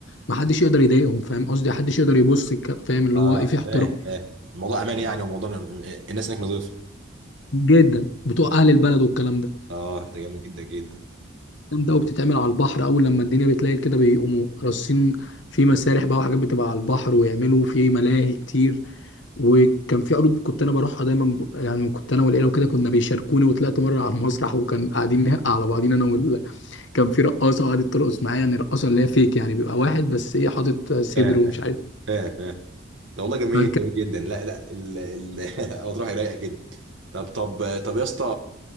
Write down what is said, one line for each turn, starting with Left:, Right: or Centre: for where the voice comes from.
Left: ما حدش يقدر يضايقهم فاهم قصدي حدش يقدر يبص الك- فاهم اللي
Right: اه
Left: هو ايه في احترام
Right: فاهم فاهم الموضوع أمان يعني وموضوع الناس هناك نظيفة
Left: جدا بتوع اهل البلد والكلام ده
Right: اه ده جميل جدا جدا
Left: جامدة أوي بتتعمل على البحر أول لما الدنيا بتليل كده بيقوموا راصين في مسارح بقى وحاجات بتبقى على البحر ويعملوا في ملاهي كتير وكان في عروض كنت أنا بروحها دايما ب... يعني كنت أنا والعيلة وكده كنا بيشاركوني وطلعت مرة على المسرح وكان قاعدين نهق على بعضين أنا وال... كان في رقاصة قعدت ترقص معايا يعني رقاصة اللي هي فيك يعني بيبقى واحد بس إيه حاطط صدر
Right: فاهم
Left: ومش عارف
Right: فاهم فاهم. ده والله جميل
Left: كان-
Right: جميل جدا لا لا ال ال <laughs> مطروح رايقه كده طب طب طب يا اسطى